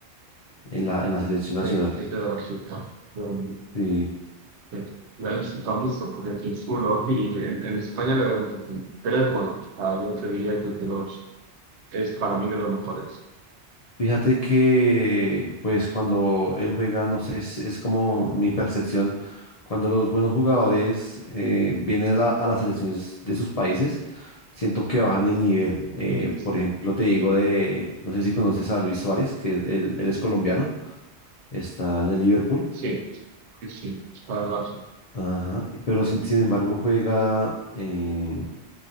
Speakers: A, on the left; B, on the right.
A: en la, en la selección
B: sí,
A: nacional.
B: es de Brasil, Pero,
A: Sí.
B: sí, la disfruta mucho porque aquí es culo y en, en España le vemos así, pero es bueno, o sea, yo te diría que entre los- es para mí de los mejores.
A: Fíjate que, pues, cuando él juega, no sé, es, es como mi percepción, cuando los buenos jugadores eh, vienen a, la- a las selecciones de sus países, siento que bajan el nivel. Eh,
B: Ujú.
A: por ejemplo, te digo de, no sé si conoces a Luis Suárez, que es, él, él es colombiano, está en el Liverpool,
B: Sí, sí, sí, es para el Barça.
A: ajá, pero sin, sin embargo juega, eh,